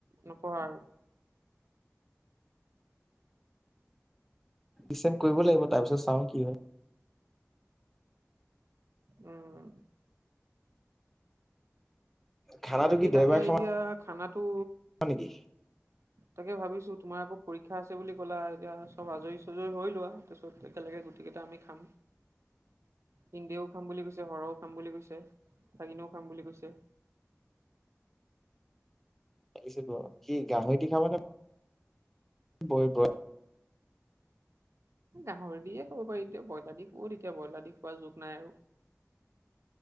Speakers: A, on the right; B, in the centre.
A: নপঢ়া আৰু।
B: ডিচেন কৰিব লাগিব তাৰ পিছত চাওঁ কি হয়
A: উম।
B: খানাটো
A: বাকী
B: কি
A: তাকে
B: দেওবাৰে খাবা
A: এতিয়া খানাটো।
B: নেকি
A: তাকে ভাবিছো তোমাৰ আকৌ পৰীক্ষা আছে বুলি ক'লা এতিয়া চব আজৰি চজৰি হৈ লোৱা তাছত একেলগে গোটেইকেইটা আমি খাম সিনডেও খাম বুলি কৈছে হৰও খাম বুলি কৈছে। ভাগিনেও খাম বুলি কৈছে।
B: আহি যাব কি গাহৰিদি খাবনে বয় ব
A: গাহৰি দিয়ে কব পাৰি এতিয়া ব্ৰইলাৰ দি ক'ত এতিয়া ব্ৰইলাৰ দি খোৱা যুগ নাই আৰু।